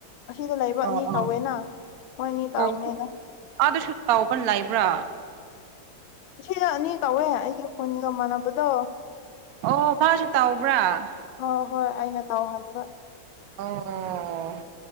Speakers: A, on the left; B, on the right.
A: ꯑꯁꯤꯗ ꯂꯩꯕ
B: ꯑꯣ
A: ꯑꯅꯤ
B: ꯑꯣ
A: ꯇꯧꯋꯦꯅ ꯃꯣꯏ ꯑꯅꯤ ꯇꯧꯔꯨꯅꯦꯗ
B: ꯑꯣ ꯑꯥꯗꯁꯨ ꯇꯧꯕ ꯂꯩꯕ꯭ꯔꯥ
A: ꯁꯤꯅ ꯑꯅꯤ ꯀꯧꯋꯦ ꯑꯩꯒꯤ ꯈꯨꯟꯒ ꯃꯥꯟꯅꯕꯗꯣ
B: ꯑꯣ ꯃꯥꯁꯨ ꯇꯕ꯭ꯔꯥ
A: ꯍꯣꯏ ꯍꯣꯏ ꯑꯩꯅ ꯇꯧ ꯍꯥꯏꯕ
B: ꯑꯣ